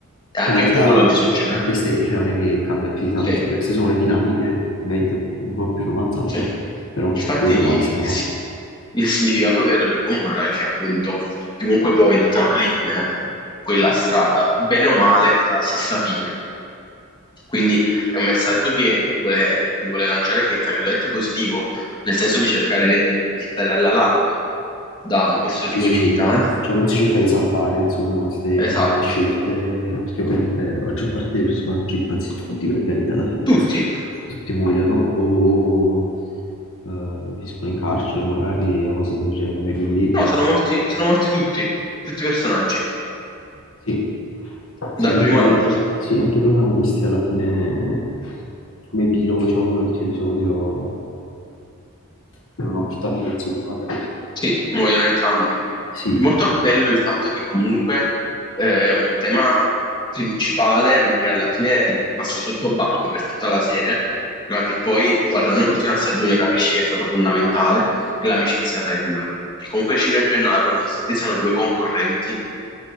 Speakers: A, on the left; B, on the left.
A: è anche
B: cioè, in realtà
A: un po' quello che succede.
B: eh, queste cioè, non è che cambia più di tanto,
A: Sì.
B: cioè, queste sono le dinamiche ovviamente un po' più romanzate,
A: Sì.
B: però
A: Infatti
B: bene o male siamo
A: il,
B: là.
A: il significato vero di Gomorra è che appunto chiunque poi intraprende quella strada, bene o male, fa la stessa fine. Quindi è un messaggio che vuole, che vuole lanciare che è, tra virgolette, positivo, nel senso di cercare di stare alla larga da questo
B: Sì,
A: tipo
B: sì,
A: di
B: sì,
A: vita, eh.
B: cioè non si cerca di saltare, insomma, queste
A: Esatto.
B: scelte, perché ovviamente la maggior parte dei personaggi, anzi tutti praticamente alla fine,
A: Tutti.
B: tutti muoiono o eh, finiscono in carcere magari e cose del genere, quindi
A: No, sono morti, sono morti tutti, tutti i personaggi,
B: Sì, sì,
A: dal
B: anche,
A: primo all'ultimo.
B: sì, anche i protagonisti alla fine, come epilogo, diciamo, proprio del tuo episodio, come una brutta vita, insomma.
A: Sì, muoiono entrambi.
B: Sì,
A: È molto bello il fatto che comunque eh, è un tema principale, ma che alla fine passa sotto banco per tutta la serie, ma che poi guardando l'ultima stagione capisci che è stata fondamentale, è l'amicizia tra i due. Che comunque Ciro e Gennaro, nonostante siano due concorrenti